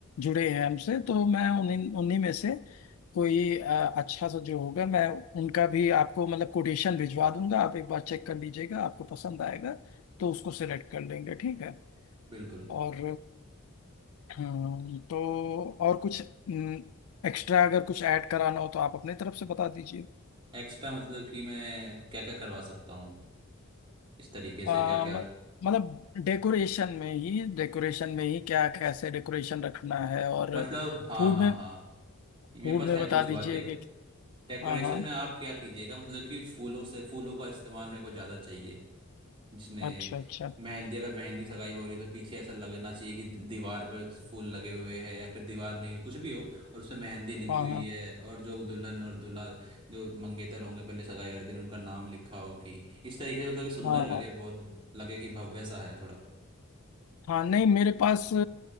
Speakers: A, on the left; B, on the right.
A: जुड़े हैं हमसे तो मैं उन्हीं उन्हीं में से कोई अ, अच्छा सा जो होगा मैं उनका भी आपको मतलब कोटेशन भिजवा दूंगा आप एक बार चेक कर लीजिएगा आपको पसंद आएगा तो उसको सेलेक्ट कर लेंगे ठीक है
B: बिल्कुल
A: और हम्म, तो और कुछ एक्स्ट्रा अगर कुछ ऐड कराना हो तो आप अपने तरफ से बता दीजिए
B: एक्स्ट्रा मतलब कि मैं क्या क्या करवा सकता हूँ इस तरीके से
A: आ,
B: क्या क्या
A: म- मतलब डेकोरेशन में ही डेकोरेशन में ही क्या कैसे डेकोरेशन रखना है और
B: मतलब हाँ
A: फूड
B: हाँ
A: में
B: हाँ ये मेरे
A: फूड
B: पास
A: में
B: है
A: बता
B: कुछ
A: दीजिए
B: बातें
A: कि
B: डेकोरेशन
A: हाँ हाँ
B: में आप क्या कीजिएगा मतलब कि फूलों से फूलों का इस्तेमाल मेरे को ज़्यादा चाहिए जिसमें
A: अच्छा अच्छा
B: मेहंदी अगर मेहंदी सगाई हो रही है तो पीछे ऐसा लगना चाहिए कि दीवार पे फूल लगे हुए हैं या फिर दीवार नहीं कुछ भी हो और उसमें मेहंदी लिखी
A: हाँ
B: हुई
A: हाँ
B: है और जो दुल्हन और दूल्हा जो मंगेतर होंगे पहले सगाई वाले दिन उनका नाम लिखा हो कि इस तरीके से मतलब कि सुंदर
A: हाँ
B: लगे
A: हाँ
B: बहुत लगे कि भव्य सा है थोड़ा
A: हाँ नहीं मेरे पास अ,